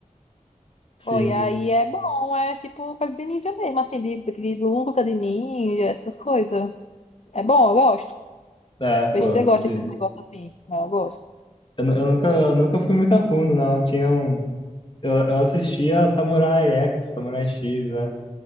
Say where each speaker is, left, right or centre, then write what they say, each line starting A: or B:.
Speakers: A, on the left (about 40°); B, on the left (about 55°).
A: sim.
B: Foi, aí é bom, é tipo coisa de ninja mesmo, assim, de, de luta de ninja, essas coisas. É bom, eu gosto.
A: É, pô,
B: Vejo se você gosta
A: de-
B: desse negócio assim. Não, Eu gosto.
A: eu, nu- eu nunca, eu nunca fui muito a fundo, não. Tinha um, eu, eu assistia Samurai X, Samurai X, né?